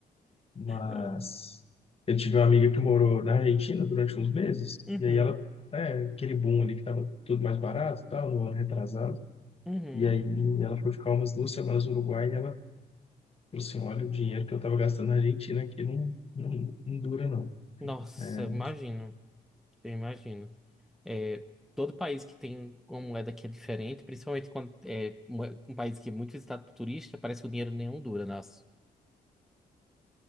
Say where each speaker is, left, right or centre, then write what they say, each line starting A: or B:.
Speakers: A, on the left (about 35°); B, in the centre.
A: Mas
B: Ai.
A: eu tive uma amiga que morou na Argentina durante uns meses,
B: Uhum,
A: e aí ela, é, aquele boom ali que estava tudo mais barato e tal, no ano retrasado,
B: uhum.
A: e aí ela foi ficar umas duas semanas no Uruguai e ela falou assim: olha, o dinheiro que eu estava gastando na Argentina aqui não, não, não dura, não.
B: Nossa,
A: É,
B: eu imagino, eu imagino. É, todo país que tem uma moeda que é diferente, principalmente quando é moe- um país que é muito visitado por turista, parece que o dinheiro nenhum dura, nossa.